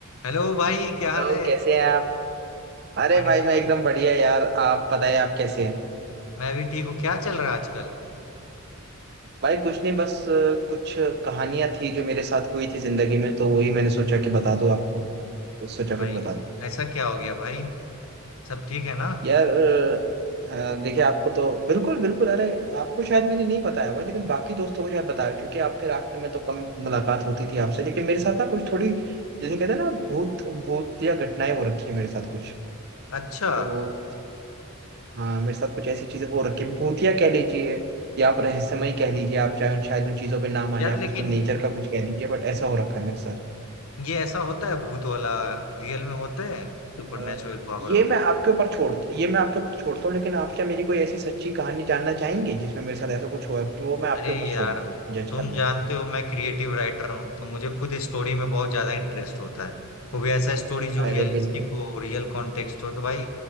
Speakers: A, on the left; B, on the right.
A: Hello भाई क्या
B: Hello
A: हाल है
B: कैसे हैं आप अरे
A: बढ़िया
B: भाई मैं
A: बढ़िया
B: एकदम बढ़िया यार आप बताएं आप कैसे हैं
A: मैं भी ठीक हूँ क्या चल रहा है आजकल
B: भाई कुछ नहीं बस अ, कुछ कहानियां थी जो मेरे साथ हुई थी जिंदगी में तो वही मैंने सोचा कि बता दूं आपको तो सोचा
A: भाई
B: कुछ बता दूं
A: ऐसा क्या हो गया भाई सब ठीक है ना
B: यार अ, अ, देखिए आपको तो बिल्कुल बिल्कुल अरे आपको शायद मैंने नहीं बताया हुआ है, लेकिन बाकी दोस्तों को शायद बताया क्योंकि आप फिर आखिर में तो कम मुलाकात होती थी आपसे लेकिन मेरे साथ ना कुछ थोड़ी जैसे कहते हैं ना भूत भूत या घटनाएं हो रखी है मेरे साथ कुछ
A: अच्छा
B: तो हाँ मेरे साथ कुछ ऐसी चीजें हो रखी हैं। भूतिया कह लीजिए या आप रहस्यमय कह लीजिए आप चाहे शायद उन चीजों पे ना माने
A: यार
B: आप
A: लेकिन
B: उसको नेचर का कुछ कह दीजिए बट ऐसा हो रखा है मेरे साथ
A: ये ऐसा होता है भूत वाला रियल में होता है सुपरनेचुरल
B: अ,
A: पावर
B: ये
A: वगैरह
B: मैं आपके ऊपर छोड़ ये मैं आपके ऊपर छोड़ता हूँ लेकिन आप क्या मेरी कोई ऐसी सच्ची कहानी जानना चाहेंगे जिसमें मेरे साथ ऐसा कुछ हुआ है तो वो मैं आपके
A: अरे
B: ऊपर
A: यार
B: छोड़ता हूँ जज
A: तुम
B: करना
A: जानते हो मैं क्रिएटिव राइटर हूँ तो मुझे खुद स्टोरी में बहुत ज्यादा इंटरेस्ट होता है वो भी ऐसा स्टोरी जो रियलिस्टिक
B: अरे बिल्कुल
A: हो रियल कॉन्टेक्स्ट हो तो भाई